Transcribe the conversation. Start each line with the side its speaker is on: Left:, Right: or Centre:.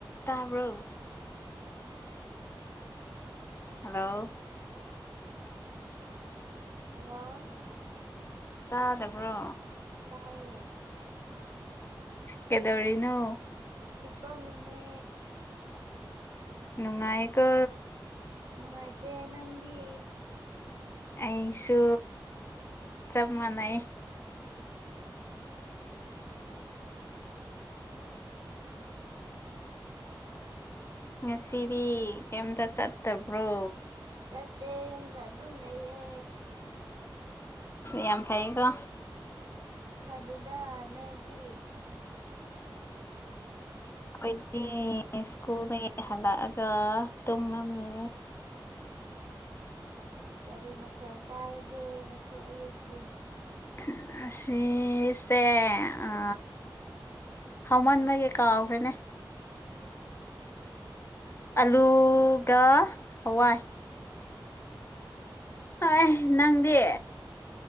Left: ꯇꯥꯕꯔꯣ hello
Right: hello
Left: ꯇꯥꯗꯕ꯭ꯔꯣ
Right: ꯇꯥꯏꯌꯦ
Left: ꯀꯩꯗꯧꯔꯤꯅꯣ
Right: ꯍꯤꯄꯝꯃꯤꯅꯦ
Left: ꯅꯨꯡꯉꯥꯏꯌꯦꯀꯣ
Right: ꯅꯨꯡꯉꯥꯏꯇꯦ ꯅꯪꯗꯤ
Left: ꯑꯩꯁꯨ ꯆꯞ ꯃꯥꯟꯅꯩꯌꯦ
Right: <unintelligible> <unintelligible>
Left: ꯉꯁꯤꯗꯤ ꯀꯩꯝꯇ ꯆꯠꯇꯕ꯭ꯔꯣ
Right: ꯆꯠꯇꯦ ꯌꯨꯝꯗ ꯑꯗꯨꯝ ꯂꯩꯌꯦ
Left: ꯌꯥꯝ ꯐꯩꯀꯣ
Right: ꯐꯗꯦꯗ ꯅꯣꯏꯗꯤ
Left: ꯑꯩꯈꯣꯏꯗꯤ ꯁ꯭ꯀꯨꯜꯗꯒꯤ ꯍꯜꯂꯛꯑꯒ ꯇꯨꯝꯃꯝꯃꯦ
Right: ꯀꯔꯤ ꯃꯊꯦꯜ ꯆꯥꯔꯒꯦ ꯉꯁꯤ ꯑꯌꯨꯛꯀꯤ
Left: ꯉꯁꯤꯁꯦ ꯑ ꯍꯥꯎꯃꯟꯕꯒꯤ ꯀꯥꯎꯈ꯭ꯔꯦꯅꯦ ꯑꯂꯨꯒ ꯍꯋꯥꯏ ꯍꯣꯏ ꯅꯪꯗꯤ